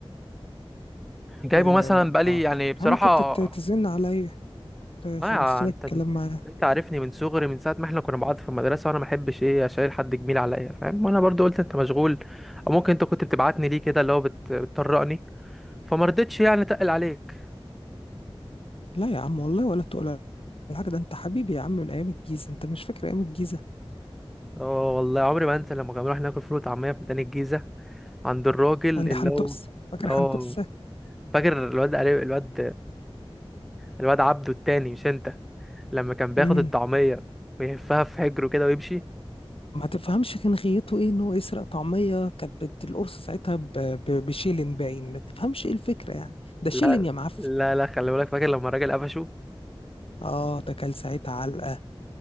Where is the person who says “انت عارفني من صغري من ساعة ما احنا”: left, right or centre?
Centre